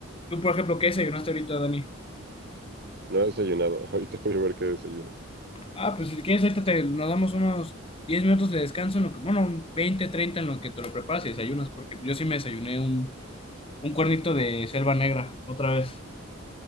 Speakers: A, on the left; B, on the right.
A: ¿Tú, por ejemplo, qué desayunaste ahorita, Dani?
B: No he desayunado. <laughs> Ahorita voy a ver qué desayuno.
A: Ah, pues si quieres, ahorita te, nos damos unos 10 minutos de descanso, en lo que, bueno, un 20, 30 en lo que te lo preparas y desayunas, porque yo sí me desayuné un, un cuernito de selva negra otra vez.